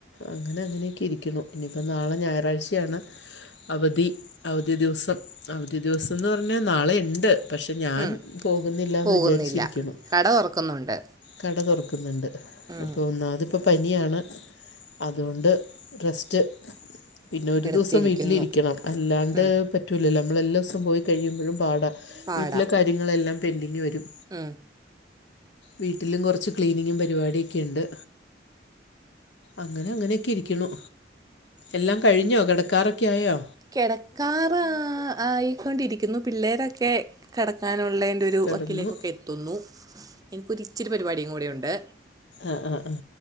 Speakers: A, on the left; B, on the right.
A: അങ്ങനെ അങ്ങനെയൊക്കെ ഇരിക്കുന്നു ഇനിയിപ്പോൾ നാളെ ഞായറാഴ്ചയാണ്. അവധി അവധി ദിവസം അവധി ദിവസംമെന്ന് പറഞ്ഞാൽ നാളെയുണ്ട് പക്ഷെ ഞാൻ
B: ഉം.
A: പോകുന്നില്ലെന്ന്
B: പോകുന്നില്ല
A: വിചാരിച്ചിരിക്കുന്നു.
B: കട തുറക്കുന്നുണ്ട്
A: കട തുറക്കുന്നുണ്ട്
B: ഉം.
A: അപ്പോൾ ഒന്നാമത് ഇപ്പോ പനിയാണ് അതുകൊണ്ട് റെസ്റ്റ് പിന്നെ ഒരു
B: എടുത്തിരിക്കുന്നു
A: ദിവസം വീട്ടിലിരിക്കണം അല്ലാണ്ട്
B: ഉം.
A: പറ്റൂലല്ലോ നമ്മൾ എല്ലാ സവും പോയി കഴിയുമ്പോഴും പാടാ
B: പാടാം
A: വീട്ടിലെ കാര്യങ്ങളെല്ലാം പെൻഡിങ്ങ് വരും
B: ഉം.
A: വീട്ടിൽ കുറച്ച് ക്ലീനിങ് പരിപാടി ഉണ്ട് അങ്ങനെ അങ്ങനെയൊക്കെ ഇരിക്കുന്നു എല്ലാം കഴിഞ്ഞോ കിടക്കാറൊക്കെ ആയോ
B: കിടക്കാറായക്കൊണ്ടിരിക്കുന്നു പിള്ളേരൊക്കെ കിടക്കാനുള്ളേ എൻ്റെ ഒരു
A: കിടന്നു
B: വക്കിലേക്കൊക്കെ എത്തുന്നു എനിക്കൊരു ഇച്ചിരി പരിപാടിയും കൂടെയുണ്ട്
A: ആഹ് ആഹ് ആഹ്